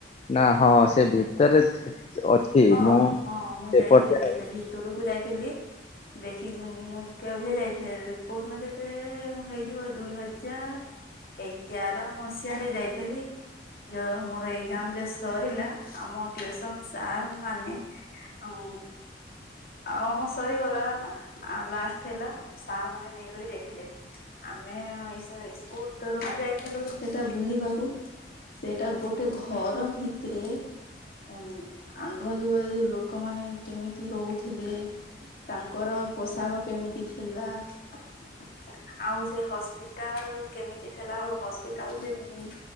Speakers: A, on the left; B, on the left.
A: ନା ହ ସେ ଭିତରେ। ଅଛି
B: ହଁ
A: ମୁଁ
B: ହଁ ମୁଁ
A: ସେପଟେ
B: ଯାଇଥିଲି ସେ ଭିତରକୁ ଯାଇଥିଲି। ଦେଖିକି ମୁଁ କେବେ ହେ ଯାଇଥିଲି କୋଉଦିିନ ଯାଇଥିଲେ ହେଇଯିବ ଦୁଇ ହଜାର। ଏଗ୍ୟାର ମସିହାରେ ଯାଇଥିଲି। ଯୋ ମୋର ଏକ୍ଜାମ୍ ଯେ ସରିଲା ଆମ ଟ୍ୟୁସନ୍ ସାର୍ ମାନେ ଅଁଉଁ ଆଉ ଆମ <unintelligible> ସରିଗଲା ନା ଆ ଲାଷ୍ଟ ଥିଲା ସାର୍ ମାନେ ନେଇକରି ଯାଇଥିଲେ। ଆମେ ଇସି ସ୍କୁଲ୍ ତରଫରୁ ଯାଇଥିଲୁ ସେଟା ବୁଲିବାକୁ। ସେଟା ଗୋଟେ ଘର ଭିତରେ <unintelligible> ଆଁଗ ଯୁଗରେ ଯୋଉ ଲୋକମାନେ କେମିତି ରହୁଥିଲେ ତାଙ୍କର ପୋଷାକ କେମିତି ଥିଲା ଆଉ ସେ ହସ୍ପିଟାଲ୍ କେମିତି ଥିଲା ଆଉ ହସ୍ପିଟାଲ୍ ଯେ ଉଁ